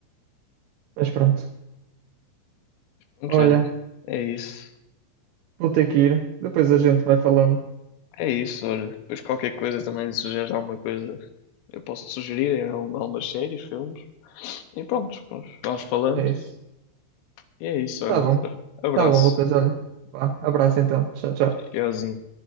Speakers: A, on the right; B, on the left.
A: Mas pronto.
B: Mas
A: Olha,
B: olha, é isso.
A: vou ter que ir. Depois a gente vai falando.
B: É isso, olha. Depois qualquer coisa também, se sugeres alguma coisa, eu posso te sugerir em algum- algumas séries, filmes. E pronto, pronto, vamos falando.
A: É isso.
B: E é isso, olha.
A: Tá bom.
B: Abraço.
A: Tá bom, Lucas. Olha. Vá, abraço então. Tchau, tchau.
B: Tchauzinho.